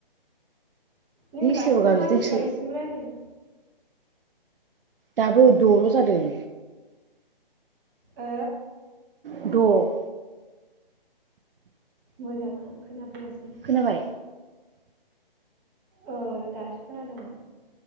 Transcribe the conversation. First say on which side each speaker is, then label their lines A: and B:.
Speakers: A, on the right (about 20°); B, on the right (about 70°).
A: नों दासिम
B: सोरबा गाबज्रिदोंसो
A: सा बिसिबांसिम रायलाय
B: दाबो द'ल' जादों
A: ओ
B: द' <inaudible>
A: मोजांनो खोनाफैयासै।
B: खोनाबाय
A: औ दासो खोनादोंमोन।